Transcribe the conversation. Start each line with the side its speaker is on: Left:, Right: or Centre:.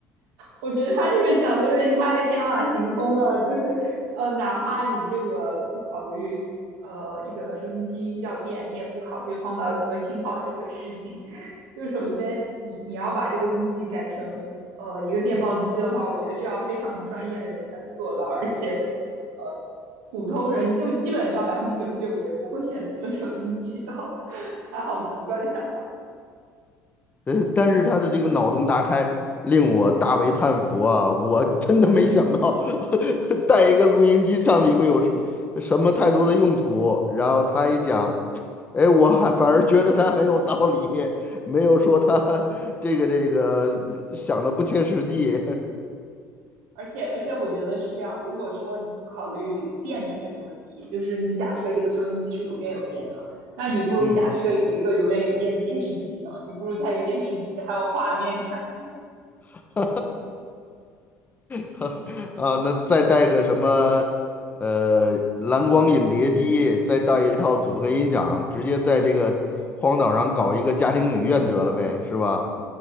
Right: 我觉得他这个讲的有点太天马行空了，就是呃，哪怕你这个不考虑呃这个收音机要电，你也不考虑荒岛有没有信号这回事情，就首先你你要把这个东西改成呃一个电报机的话，我觉得这要非常专业的人才能做到，而且呃普通人就基本上百分之九十九的人不会选择的收音机哦，<laughs> 他好奇怪的想法。
Left: 呃，但是他的这个脑洞大开，令我大为叹服啊！我真的没想到 <laughs>，带一个录音机上去会有什什么太多的用途。然后他一讲，哎，我还反而觉得他很有道理，没有说他这个这个想的不切实际。<laughs>
Right: 而且而且我觉得是这样，如果说你不考虑电的这个问题，就是你假设这个收音机是永远有电的，那你不如假设有一个永远有电的电视机呢？
Left: 嗯
Right: 你不如带个电视机，还有画面看呢
Left: <laughs> 哈，啊，那再带个什么，呃，蓝光影碟机，再带一套组合音响，直接在这个荒岛上搞一个家庭影院得了呗，是吧？